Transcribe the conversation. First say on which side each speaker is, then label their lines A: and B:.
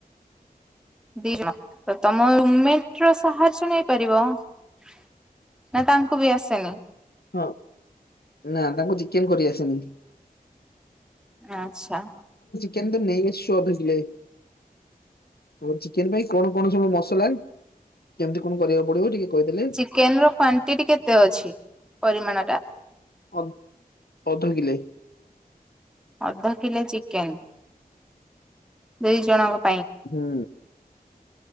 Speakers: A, in the centre; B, on the left.
A: ଦି ଜଣ ତ ତମ ରୁମ୍ମେଟର ସାହାଯ୍ୟ ନେଇପାରିବ। ନା ତାଙ୍କୁ ବି ଆସେନି।
B: ହଁ ନା ତାଙ୍କୁ ଚିକେନ କରିଆସେନି।
A: ଆଚ୍ଛା।
B: କେନ୍ତୁ ନେଇ ଆସିଛୁ ଅଧକିଲେ। ଆ ଚିକେନ ପାଇଁ କଣ କଣ ସବୁ ମସଲା କେମିତି କଣ କରିବାକୁ ପଡିବ ଟିକେ। କହିଦେଲେ?
A: ଚିକେନ ର କ୍ୱଣ୍ଡିଡ଼ି କେତେ ଅଛି ପରିମାଣ ଟା।
B: ଅ ଅଧକିଲେ।
A: ଅଧ କିଲେ ଚିକେନ୍। ଦୁଇ ଜଣଙ୍କ ପା
B: ହୁଁ।